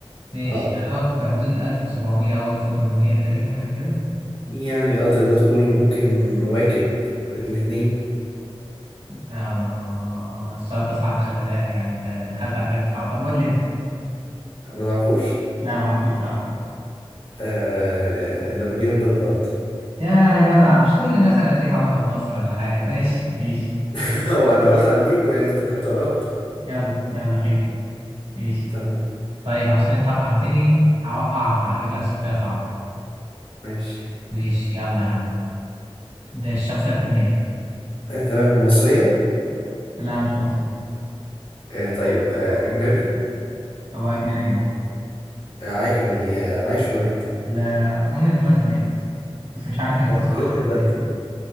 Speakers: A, on the right; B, on the left.
A: ماشي
B: اه
A: يعني هو في حدود ال 1700 أو 1800 تقريبا حاجة كده
B: يعني اه تقدر تقول ممكن نواكب الاتنين
A: آه السؤال ده صعب خلي بالك يعني انت دخلت على حاجة صعبة طب قول لي انت
B: ما تعرفوش
A: لا ما اعرفوش صراحة
B: آه نابليون بونابرت
A: يا جدع مش تقول لي مثلا ليها علاقة بمصر ولا حاجة ماشي ماشي
B: <laughs> هو انا قلت على الجيب يعني انت كنت قربت
A: يلا يلا خير ماشي
B: تمام
A: طيب عشان انت وقعتني اوقعك بقى اجيب لك شخصية صعبة
B: ماشي
A: ماشي يلا يا عم ده الشخصية في دماغي
B: آه تمام مصرية
A: لا مش مصري
B: آه طيب آه أجنبي
A: هو أجنبي أهو
B: آه عاي- يعني آه عايش ولا ميت؟
A: لا اظن دلوقتي ميت بس مش عارف امتى صراحة
B: أظن
A: مات
B: دلوقتي
A: من امتى
B: ميت.